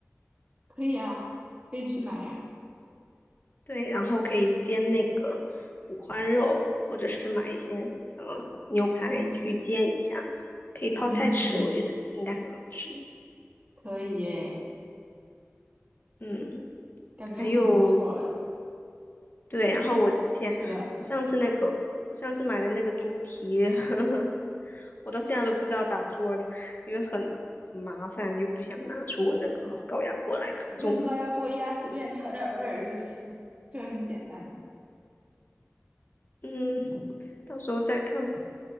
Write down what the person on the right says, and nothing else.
可以啊，可以去买呀。
嗯
嗯，
可以耶，
感觉很不错哎。
是的，
用高压锅压，随便调点味儿就行，这个很简单的。